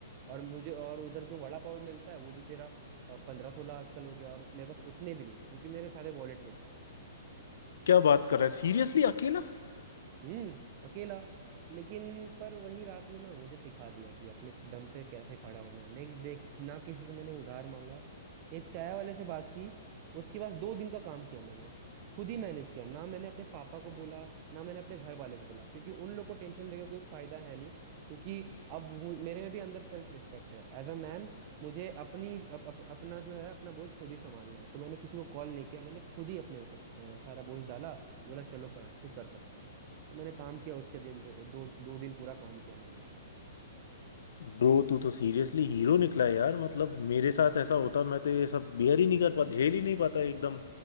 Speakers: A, on the right; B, on the left.
A: और मुझे और उधर जो वड़ा पाव मिलता है वो भी तेरा पंद्रह सोलह आजकल हो गया और मेरे पास उतने भी नहीं थे क्योंकि मेरे सारे वॉलेट में थे
B: क्या बात कर रहा है सीरियसली अकेला
A: हम्म अकेला लेकिन पर वही रात ने ना मुझे सिखा दिया कि अपने दम पे कैसे खड़ा होना है नेक्स्ट डे ना किसी से मैंने उधार मांगा एक चाय वाले से बात की उसके पास दो दिन का काम किया मैंने खुद ही मैनेज किया ना मैंने अपने पापा को बोला ना मैंने अपने घर वाले को बोला क्योंकि उन लोग को टेंशन देकर कोई फायदा है नहीं क्योंकि अब मु- मेरे में भी अंदर सेल्फ रिस्पेक्ट है एज अ मैन मुझे अपनी अप, अप, अपना जो है अपना बोझ खुद ही संभालना है तो मैंने किसी को कॉल नहीं किया मैंने खुद ही अपने ऊपर अ, सारा बोझ डाला बोला चलो फरहान तू कर सकता है तो मैंने काम किया उसके दिन दो दो दो दिन पूरा काम किया मैंने
B: ब्रो तू तो सीरियसली हीरो निकला यार मतलब मेरे साथ ऐसा होता मैं तो ये सब बियर ही नहीं कर पाता झेल ही नहीं पाता एकदम